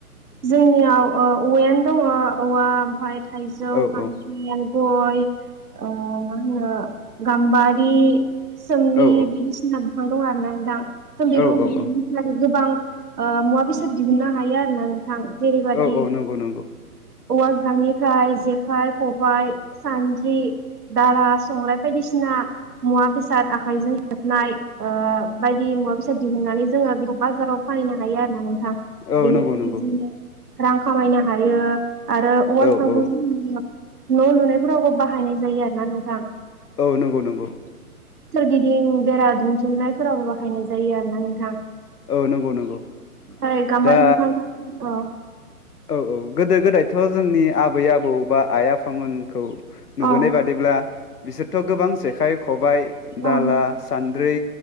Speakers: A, on the right; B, on the left.
A: जोंनियाव ओ औवायानो दङ औवा ओमफाय थाइजौ,
B: औ
A: <unintelligible>
B: औ
A: गय ओ मा होनो गाम्बारि सोमलि
B: औ
A: बायदिसिना बिफां दं आरोना नोंथां जों बेखौ
B: औ
A: <unintelligible>
B: औ औ
A: गोबां ओ मुवा बेसाद दिहुननो हायो आरो ना नों थां जेरैबादि
B: औ औ नंगौ नंगौ
A: औवा बिफांनिफ्राय जेखाइ, खबाइ, सान्द्रि, दाला, संग्राय बायदिसिना मुवा बेसाद आखाइजों हेबनाय ओ बायदि मुवा बेसाद दिहुननानै जोङो बे बाजाराव फाननो हायो आरोना नोंथां।
B: औ
A: बेनिफ्राय
B: नंगौ नंगौ
A: जोङो रां खामायनो हायो आरो औवा
B: औ
A: बिफांखौ
B: औ
A: जों न लुनायफोरावबो बाहायनाय जायो आरो ना नोंथां
B: औ नंगौ नंगौ
A: सोरगिदिं बेरा दुथिंनायफोराव बाहायनाय जायो आरो ना नोंथां
B: औ नंगौ नंगौ
A: है गाम्बारि
B: दा
A: बिफां अ
B: औ औ गोदो गोदायथ जोंनि आबै आबौ बा आइ आफामोन खौ नुबोनाय
A: अ
B: बादिब्ला बिसोरथ' गोबां जेखाइ खबाइ दाला
A: अ
B: सान्द्रि